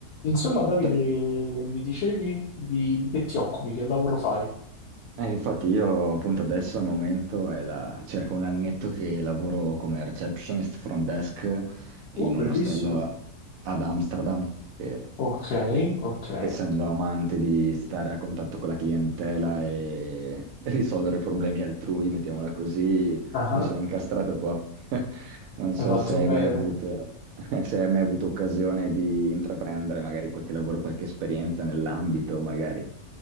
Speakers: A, on the left; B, on the right.
A: Insomma, Davide,
B: Eh,
A: mi dicevi di, di che ti occupi, che lavoro fai?
B: infatti io appunto adesso al momento è da circa un annetto che lavoro come receptionist front desk in
A: Oh, bellissimo.
B: un ostello ad Amsterdam, che
A: Ok,
B: e-
A: ok.
B: essendo amante di stare a contatto con la clientela e <laughs> e risolvere problemi altrui, mettiamola così,
A: Ah,
B: mi sono incastrato qua. <laughs> Non so
A: hai fatto
B: se
A: bene.
B: hai mai avuto, <laughs> se hai mai avuto occasione di intraprendere magari qualche lavoro, qualche esperienza nell'ambito, magari